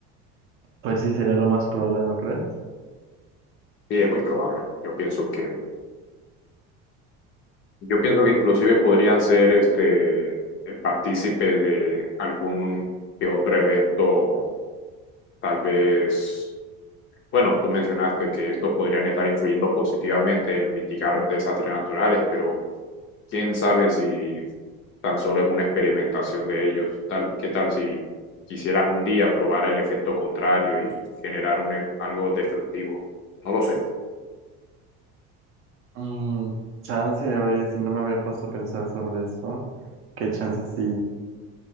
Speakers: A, on the right (about 45°); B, on the left (about 40°).
A: pues sí sería lo más probable, ¿no crees?
B: Y es muy probable. Yo pienso que, yo pienso que inclusive podrían ser este eh, partícipes de algún que otro evento, tal vez Bueno, tú mencionaste que estos podrían estar influyendo positivamente en mitigar desastres naturales, pero quién sabe si tan solo es una experimentación de ellos. Tal, ¿qué tal si quisieran un día probar el efecto contrario y generar un, e- algo destructivo? No lo sé.
A: Mm, chance, oye, si no me había puesto a pensar sobre eso, qué chance si